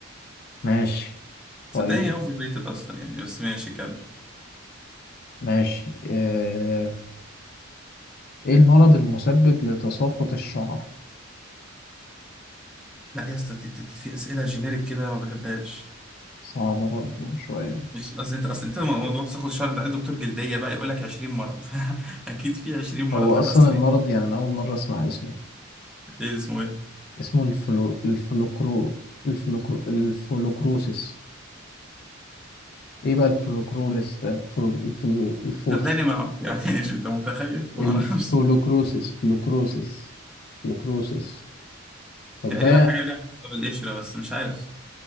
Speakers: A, on the left; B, in the centre.
A: ماشي
B: صدقني
A: طيب
B: هي اوفر ريتد اصلا يعني بس ماشي كمل
A: ماشي آه... إيه المرض المسبب لتساقط الشعر؟
B: لا يا اسطى ت- ت- في اسئله جينيريك كده ما بحبهاش
A: صعبة برضه شوية
B: مش اصل انت اصل انت موضوع تساقط الشعر انت عايز دكتور جلديه بقى يقول لك 20 مرض <laughs> اكيد في 20 مرض
A: هو
B: للقصه
A: أصلا المرض
B: دي
A: يعني أنا أول مرة أسمع اسمه
B: ايه اسمه ايه
A: اسمه الفلو... الفلوكرو الفلوكرو الفلوكروسيس إيه بقى الفلوكروليس ده؟ الفلو... الفلو... الفو...
B: صدقني ما اعرف يعني <laughs> ايش انت متخيل ما
A: الفلوكروسس
B: اعرفش
A: فلوكروسس فلوكروسس طب
B: تقريبا
A: ده
B: حاجه ليها علاقه بالقشره بس مش عارف